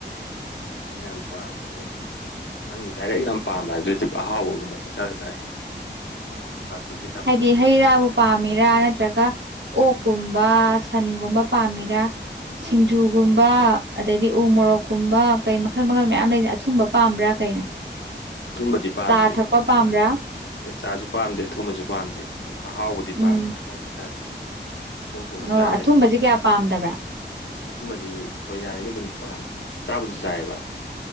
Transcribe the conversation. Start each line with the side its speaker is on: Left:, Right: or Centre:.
Left: ꯑꯩꯅ ꯌꯥꯝ ꯄꯥꯝꯕꯁꯦ ꯈꯪꯉꯤ ꯗꯥꯏꯔꯦꯛ ꯌꯥꯝ ꯄꯥꯝꯕ ꯍꯥꯏꯕꯗꯨ ꯑꯍꯥꯎꯕꯒꯨꯝꯕ ꯄꯪ ꯆꯥꯗ ꯆꯥꯏ <unintelligible> ꯐꯥꯁꯐꯨꯗ
Right: ꯍꯥꯏꯗꯤ ꯍꯩ ꯔꯥꯕꯨ ꯄꯥꯝꯃꯤꯔꯥ ꯅꯠꯇ꯭ꯔꯒ ꯑꯣꯛꯀꯨꯝꯕ ꯁꯟꯒꯨꯝꯕ ꯄꯥꯝꯃꯤꯔꯥ ꯁꯤꯡꯖꯨꯒꯨꯝꯕ ꯑꯗꯩꯗꯤ ꯎꯃꯣꯔꯣꯛ ꯀꯨꯝꯕ ꯀꯩ ꯃꯈꯜ ꯃꯈꯜ ꯃꯌꯥꯝ ꯂꯩꯅ ꯑꯊꯨꯝꯕ ꯄꯥꯝꯕ꯭ꯔꯥ ꯀꯩꯅꯣ
Left: ꯑꯊꯨꯝꯕꯗꯤ ꯄꯥꯝꯗꯦ
Right: ꯆꯥ ꯊꯛꯄ
Left: ꯑꯗꯨꯒ
Right: ꯄꯥꯝꯕ꯭ꯔꯥ
Left: ꯆꯥꯁꯨ ꯄꯥꯝꯗꯦ ꯑꯊꯨꯝꯕꯁꯨ ꯄꯥꯝꯗꯦ ꯑꯗꯨꯒ ꯑꯍꯥꯎꯕꯗꯤ ꯄꯥꯝꯃꯦ
Right: ꯎꯝ
Left: ꯑꯍꯥꯎꯕ ꯍꯥꯏꯇꯥꯔꯦ ꯄꯣꯛ ꯊꯣꯡꯉꯁꯨ
Right: ꯑꯣ
Left: ꯌꯥꯔꯦ
Right: ꯑꯊꯨꯝꯕꯁꯦ ꯀꯌꯥ ꯄꯥꯝꯗꯕ꯭ꯔꯥ
Left: ꯑꯊꯨꯝꯕꯗꯤ ꯍꯣꯏ ꯌꯥꯔꯤꯒꯩ ꯑꯗꯨꯝ ꯄꯥꯝꯗꯦ ꯆꯥꯕꯨꯗꯤ ꯆꯥꯏꯌꯦꯕ